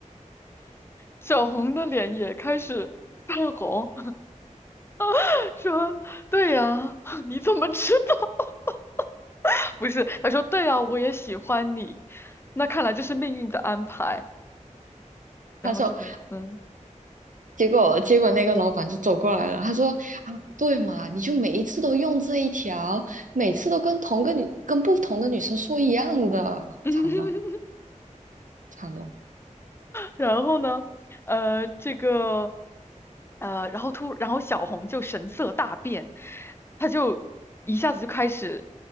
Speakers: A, on the left (about 20°); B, on the right (about 75°).
A: 小红的脸也开始泛红，<laughs> 说：“对呀，<laughs> 你怎么知道？” <laughs> 不是，他说对啊，我也喜欢你，那看来这是命运的安排。然后这个，
B: <laughs> 他说，
A: 嗯，
B: 结果结果那个老板就走过来了，他说：“啊，对嘛，你就每一次都用这一条，每次都跟同个女跟不同的女生说一样的，
A: <laughs>
B: 惨了惨了。”
A: 然后呢，呃，这个，呃，然后突，然后小红就神色大变，他就一下子就开始，